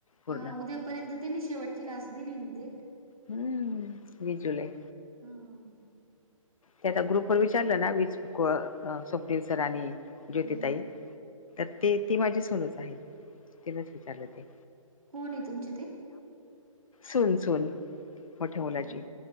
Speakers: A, on the left; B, on the right.
A: पूर्ण.
B: हा उद्यापर्यंत त्यांनी शेवटची लास्ट दिली देट.
A: हम्म विजुलय.
B: हम.
A: ते आता ग्रुपवर विचारलं ना विचारलं स्वप्नील सर आणि ज्योतिताई.
B: हम्म
A: तर ते ती माझी सूनच आहे तिनच विचारलं ते.
B: कोण आहे तुमचे ते?
A: सून-सून मोठ्या मुलाची.
B: हो